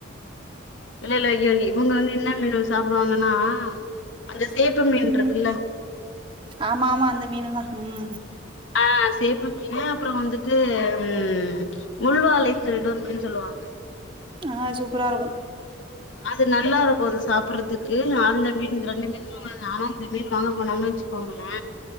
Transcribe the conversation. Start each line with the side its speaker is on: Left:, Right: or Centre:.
Left: இல்ல இ இவங்க வந்து என்ன மீன சாப்பிடுவாங்கன்னா அந்த சேப்பு மீன்
Right: ம்
Left: இருக்குல்ல
Right: ஆமா ஆமா அந்த மீன்தா ம்
Left: ஆ சேப்பு மீனு அப்புற வந்துட்டு ம் முள்வாலைன்னு சொல்லிட்டு ஒரு மீன் சொல்லுவாங்க
Right: ஆ சூப்பரா இருக்கும்
Left: அது நல்லா இருக்கு அது சாப்பிடுறதுக்கு அந்த மீன் இந்த ரெண்டு மீனு வாங்கங்க ஆனா இந்த மீன் வாங்க போனங்னு வச்சுக்கோங்களே